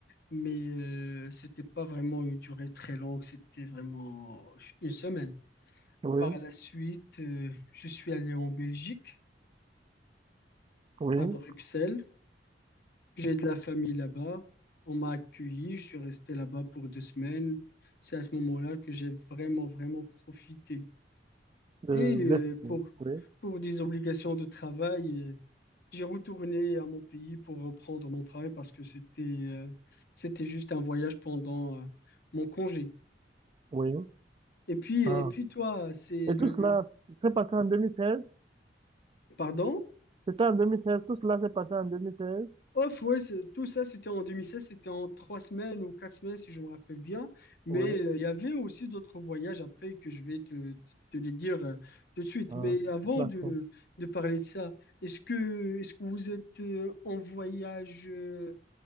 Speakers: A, on the left; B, on the right.
A: Mais euh, c'était pas vraiment une durée très longue, c'était vraiment une semaine.
B: oui,
A: Par la suite, euh, je suis allé en Belgique,
B: oui,
A: à Bruxelles. J'ai de la famille là-bas. On m'a accueilli. Je suis resté là-bas pour deux semaines. C'est à ce moment-là que j'ai vraiment, vraiment profité.
B: de
A: Et euh,
B: l'Est,
A: pour,
B: oui. Oui.
A: pour des obligations de travail, euh, j'ai retourné à mon pays pour reprendre mon travail parce que c'était euh, c'était juste un voyage pendant euh, mon congé.
B: Oui.
A: Et puis, et
B: Ah.
A: puis toi, c'est
B: Et
A: le...
B: tout cela
A: le-
B: s'est passé en 2016?
A: Pardon?
B: C'était en deux mille seize tout cela s'est passé en deux mille seize
A: Off, ouais, c'est- tout ça, c'était en 2016, c'était en trois semaines ou quatre semaines, si je me rappelle bien. Mais
B: Oui.
A: euh, il y avait aussi d'autres voyages après que je vais te, te les dire euh, tout de suite.
B: Ah,
A: Mais avant
B: d'accord.
A: de, de parler de ça, est-ce que, est-ce que vous êtes euh, en voyage, euh,